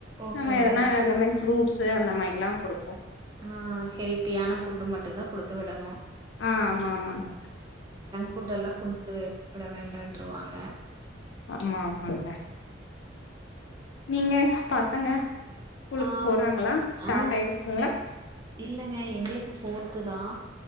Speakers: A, on the right; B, on the left.
A: ஓகேங்க.
B: நம்ம எதனா இந்தந்த மாரி ஃப்ரூட்ஸ் அந்த மாதிரில்லா கொடுப்போ
A: ஆஹ் ஹெல்த்தியான ஃபட்டு மட்டுந்தா கொடுத்து விடணு
B: ஆஹ் ஆமா ஆமாங்க
A: கூட்டெல்லா குடுத்து வைக்கப்பட வேண்டன்றருவாங்க
B: ஆமா ஆமாங்க நீங்க பசங்க கூலுக்கு
A: ஆ
B: போறாங்களா ஸ்டார்ட்
A: ஆ
B: ஆயிடுச்சுங்களா
A: இல்லங்க எங்களுக்கு போஃர்த்து தா